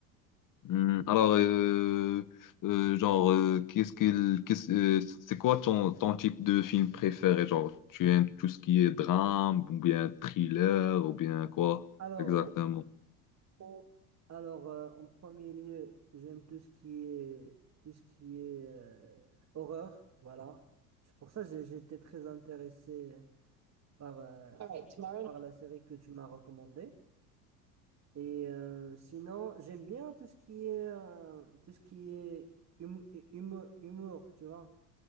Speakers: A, on the left; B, on the right.
A: Hmm, Alors, euh, euh, genre, euh, qu'est-ce qu'il, qu'est-ce- euh, c'est quoi ton, ton type de film préféré? Genre, tu aimes tout ce qui est drame, ou bien thriller, ou bien quoi
B: Alors,
A: exactement?
B: Bon. Alors, euh, en premier lieu, j'aime tout ce qui est tout ce qui est euh, horreur, voilà. C'est pour ça que j'ai- j'étais très intéressé par, euh, All right, tomorrow. par la série que tu m'as recommandée. Et euh, sinon, j'aime bien tout ce qui est euh, tout ce qui est hum- humo- humour, tu vois,